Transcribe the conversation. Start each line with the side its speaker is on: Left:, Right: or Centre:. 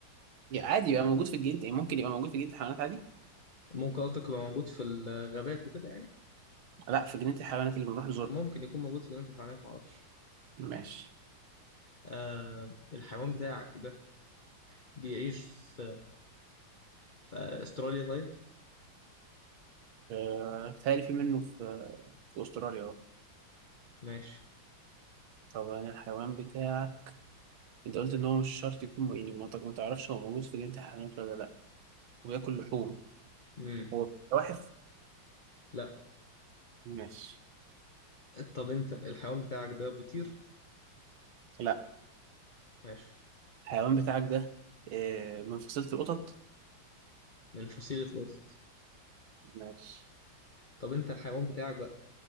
Right: يعني عادي يبقى موجود في الجنينة يعني ممكن يبقى موجود في جنينة الحيوانات عادي
Left: ممكن قصدك يبقى موجود في الغابات وكده يعني
Right: لا في جنينة الحيوانات اللي بنروح نزورها
Left: ممكن يكون موجود في جنينة الحيوانات ما اعرفش
Right: ماشي
Left: آه الحيوان بتاعك ده بيعيش في, في استراليا طيب
Right: آه بيتهيألي في منه في في أستراليا اه
Left: ماشي
Right: طب أنا الحيوان بتاعك انت قلت ان هو مش شرط يكون يعني ما ما تعرفش هو موجود في جنينة الحيوانات ولا لا وياكل لحوم
Left: مم.
Right: هو زواحف
Left: لا
Right: ماشي
Left: طب انت الحيوان بتاعك ده بيطير
Right: لا
Left: ماشي
Right: الحيوان بتاعك ده آه، من فصيلة القطط
Left: من فصيلة القطط
Right: ماشي
Left: طب انت الحيوان بتاعك بقى